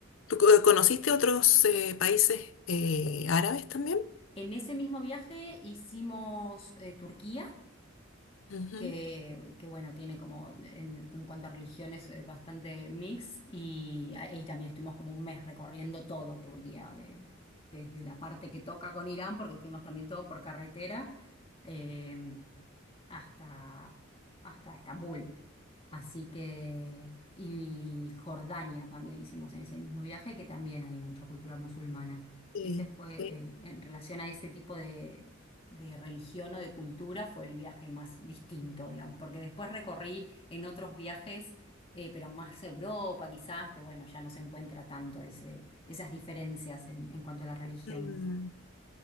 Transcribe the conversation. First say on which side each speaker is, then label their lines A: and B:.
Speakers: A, on the left; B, on the left.
A: ¿tú co- conociste otros eh, países eh, árabes también?
B: En ese mismo viaje hicimos eh, Turquía
A: Ujú,
B: que, que, bueno, tiene como en, en cuanto a religiones eh, bastante mix y, a- y también estuvimos como un mes recorriendo todo Turquía, de- desde la parte que toca con Irán, porque fuimos también todo por carretera, eh, hasta, hasta Estambul. Así que, y Jordania también hicimos en ese mismo viaje, que también hay mucha cultura musulmana.
A: Sí.
B: Ese fue,
A: sí.
B: eh, en relación a ese tipo de, de religión o de cultura, fue el viaje más distinto, digamos, porque después recorrí en otros viajes, eh, pero más Europa quizás, que bueno, ya no se encuentra tanto ese, esas diferencias en, en cuanto a la religión.
A: Mm,